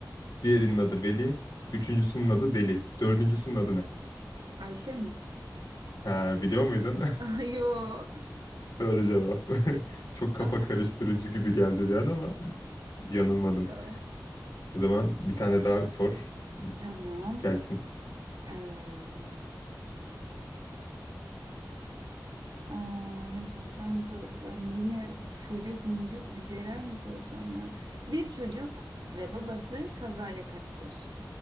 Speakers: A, on the left (about 70°); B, on the right (about 80°).
A: diğerinin adı Veli, üçüncüsünün adı Deli, dördüncüsünün adı ne?
B: Ayşe mi?
A: Ha, biliyor muydun?
B: <laughs> Ay, Yo.
A: <laughs> Doğru cevap. <laughs> Çok kafa
B: Ama
A: karıştırıcı gibi geldi bir an ama yanılmadın.
B: ya.
A: O zaman bir tane daha sor.
B: Tamam.
A: Gelsin.
B: Ee, aa, ne sorsam ne sorsam yine çocuk mucuk bir şeyler mi sorsam ya? Bir çocuk ve babası kazaya karışır.